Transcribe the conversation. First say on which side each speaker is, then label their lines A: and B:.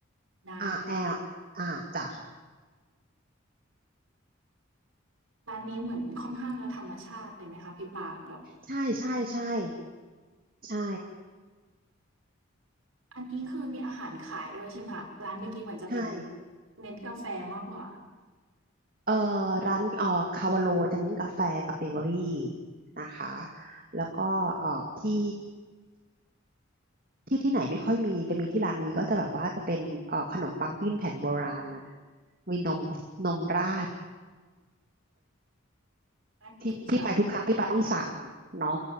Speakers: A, on the right (about 75°); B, on the right (about 45°).
A: ได้ค่ะ
B: R L อ่าจ้ะ
A: ร้านนี้เหมือนค่อนข้างจะธรรมชาติเลยไหมคะพี่ปาแบบ
B: ใช่ใช่ใช่ใช่
A: อันนี้คือมีอาหารขายด้วยใช่ไหมคะร้านเมื่อกี้เหมือนจะเป็น
B: ใช่
A: เน้นกาแฟมากกว่า
B: เอ่อร้านเอ่อคาวาโลจะเน้นกาแฟกับเบเกอรี่นะคะแล้วก็เอ่อที่ที่ที่ไหนไม่ค่อยมีจะมีที่ร้านนี้ก็จะแบบว่าจะเป็นเอ่อขนมปังปิ้งแผ่นโบราณนะมีนมนมราด
A: น่ากินค่ะ
B: ที่ที่ไปทุกครั้งพี่ปาต้องสั่งเนาะ